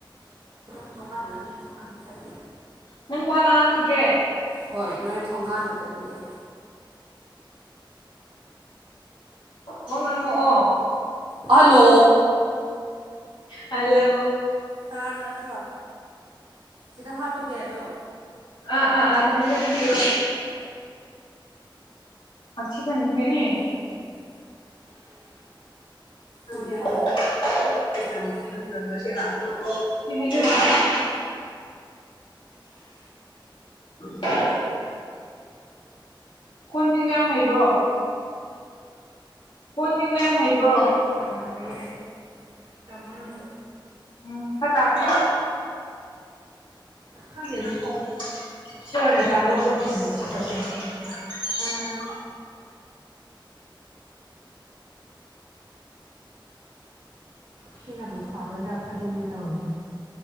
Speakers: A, on the right; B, on the left.
A: ꯎꯇꯣꯡ ꯀꯥꯟꯅ ꯆꯇꯣ ꯀꯥꯟꯅ ꯆꯠꯦ
B: ꯅꯪ ꯋꯥ ꯉꯥꯡꯈꯤꯗ꯭ꯔꯦ
A: ꯍꯣꯏ ꯅꯣꯏ ꯊꯣꯡꯒꯥꯟꯗ ꯆꯗꯤꯑ
B: ꯑꯣ ꯋꯥ ꯉꯥꯡꯉꯛꯑꯣ
A: ꯍꯜꯂꯣ
B: ꯍꯂꯣ ꯍꯂꯣ
A: ꯇꯥꯔꯕ ꯅꯠꯇ꯭ꯔꯣ ꯁꯤꯗ ꯍꯥꯞꯄꯒꯦ ꯑꯗꯨꯝ
B: ꯑꯥ ꯑꯥ ꯑꯙꯥꯏꯖꯕꯤꯌꯣ ꯑꯈꯤ ꯈꯥꯟ ꯈ꯭ꯔꯅꯦ
A: <unintelligible>
B: ꯆ
A: ꯅꯪ ꯐꯦꯡꯉꯣ
B: ꯆꯆꯥꯃ
A: ꯆꯥꯝꯃꯛꯀꯦ
B: ꯅꯠꯇ꯭ꯔꯒ ꯁꯤ ꯍꯥ ꯍꯥꯏ <unintelligible> ꯈꯣꯟ ꯆꯦꯡꯕ ꯌꯥꯝ ꯍꯩꯕ꯭ꯔꯣ ꯈꯣꯟ ꯆꯦꯡꯕ ꯌꯥꯝ ꯍꯩꯕ꯭ꯔꯣ
A: ꯌꯥꯝ ꯍꯩꯌꯦ ꯇꯝꯃꯣ ꯅꯪꯁꯨ
B: ꯎꯝ ꯐꯠꯇ ꯄꯌꯣ
A: ꯈꯪꯗꯦꯅ
B: <unintelligible>
A: ꯁꯤ ꯑꯣꯏꯅ ꯇꯝꯕ ꯄ꯭ꯔꯣꯐꯦꯁꯟꯁꯦ ꯆꯠꯂꯁꯦ ꯁꯤꯅꯕꯨ ꯐꯒꯣꯏꯗ꯭ꯔꯥ ꯈꯜꯂꯤꯅꯦ ꯇꯧꯔꯤꯁꯦ